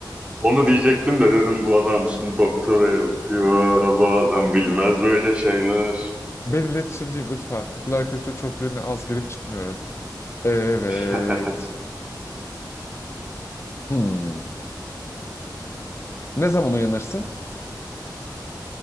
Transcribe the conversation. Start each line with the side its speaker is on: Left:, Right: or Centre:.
Right: Onu diyecektim de dedim bu adam şimdi doktora yapıyor. Bu adam bilmez böyle şeyler.
Left: Ben iletişimciyim lütfen. Popüler kültür çöplüğüne az girip çıkmıyorum. Evet.
Right: <laughs>
Left: Hmm. Ne zaman uyanırsın?